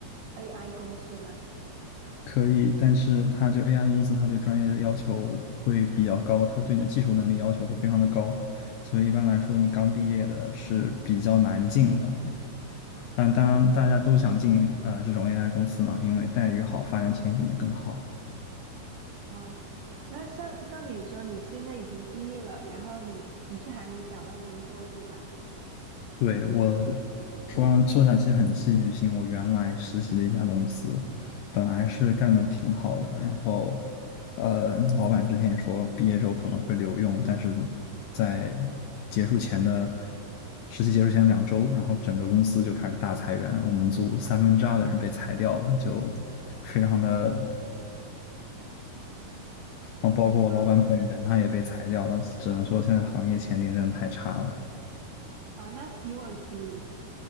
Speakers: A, on the right; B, on the left.
A: AI 公司吗？
B: 可以，但是它就 AI 公司，它对专业的要求会比较高，它对你的技术能力要求会非常的高，所以一般来说，你刚毕业的是比较难进的。但当然，
A: 嗯，
B: 大家都想进呃这种 AI 公司嘛，因为待遇好，发展前景也更好。
A: 哦，那像像你说，你现在已经毕业了，然后你你是还没找到工作，对吧？
B: 对，我说上说起来很戏剧性，我原来实习的一家公司，本来是干的挺好的，然后呃，老板之前也说毕业之后可能会留用，但是在结束前的实习结束前两周，然后整个公司就开始大裁员，我们组三分之二的人被裁掉了，就非常的。然后包括我老板本人，
A: 哇，
B: 他也被裁掉了，
A: 嗯，
B: 只能说现在行业前景真的太差了。
A: 哇，那如果嗯，